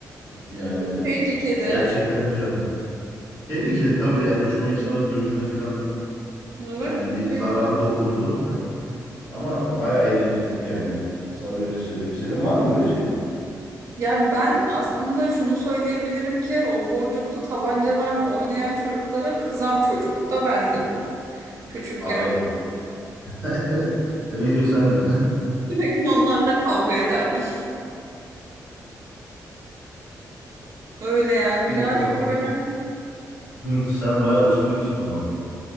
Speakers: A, on the left; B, on the right.
A: Yani
B: Tehlikeli.
A: gerçekten güzeldi. Tehlikeli tabii yani çoğu insanın gözüne filan
B: Evet.
A: yani
B: çok
A: bir
B: tehlikeli.
A: zarar dokundu. Ha. Ama bayağı eğleniyorduk yani. Sana öyle söyleyeyim. Senin var mı böyle şeyler?
B: Yani ben aslında şunu söyleyebilirim ki o boncuklu tabancalarla oynayan çocuklara kızan çocuk da bendim. Küçükken
A: Abi <laughs> Demek ki o sendin.
B: sürekli onlarla kavga ederdim. Öyle yani
A: <laughs>
B: birazcık
A: O zaman
B: böyle
A: sen bayağı usluymuşsun o zaman.